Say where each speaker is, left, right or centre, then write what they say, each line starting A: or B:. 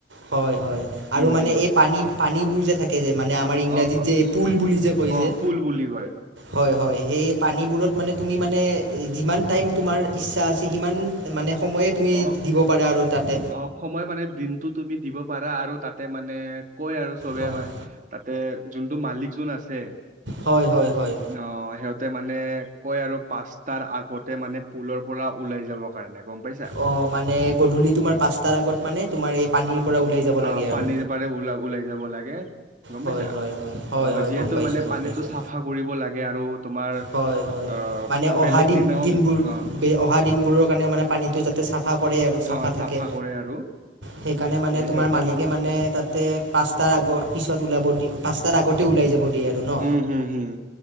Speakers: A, on the right; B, on the right.
A: হয় হয়
B: উম,
A: আৰু মানে
B: হুম,
A: এই পানী পানীবোৰ যে থাকে যে মানে আমাৰ ইংৰাজীত
B: অ', অ',
A: যে এই পুল বুলি যে কয়
B: অ',
A: যে
B: পুল বুলি কয়
A: হয় হয় সেই পানীবোৰত মানে তুমি মানে যিমান টাইম তোমাৰ ইচ্ছা আছে সিমান মানে সময়ে তুমি
B: অ
A: দিব পাৰা আৰু তাতে।
B: অ সময় মানে দিনটো তুমি দিব পাৰা আৰু তাতে মানে কয় আৰু চবে
A: হয়।
B: মানে তাতে যোনটো মালিক জোন আছে।
A: হয় হয় হয়
B: অ সিহঁতে মানে কয় আৰু পাঁচটাৰ আগতে মানে পুলৰ পৰা ওলাই যাব কাৰণে গম পাইছা
A: অ মানে গধূলি তোমাৰ পাঁচটাৰ আগত মানে তোমাৰ এই পানীৰ পৰা ওলাই যাব লাগে
B: অ
A: আৰু
B: পানীৰ পাৰে উলাবলে যাব লাগে। গম
A: হয়
B: পাইছা
A: হয় হয় হয়
B: অ
A: হয়
B: যিহেতু
A: গম পাইছোঁ
B: মানে
A: গম
B: পানীতটো
A: পাইছোঁ
B: চাফা কৰিব লাগে আৰু তোমাৰ-
A: হয় হয়
B: আহ
A: মানে
B: বেলেগ
A: অহা দিন
B: দিনাও
A: দিনবোৰ
B: হা
A: অহা দিনবোৰৰ কাৰণে মানে পানীতটো যাতে চাফ চাফা কৰে আৰু চাফা
B: অ
A: থাকে
B: কৰে আৰু
A: সেইকাৰণে মানে
B: তে
A: তোমাৰ
B: সিহঁতে
A: মালিকে মানে তাত তাতে পাঁচটাৰ আগত পিছত ওলাব দিয়ে পাঁচটাৰ আগতে ওলাই যাব। দিয়ে আৰু ন
B: হম হুম হম।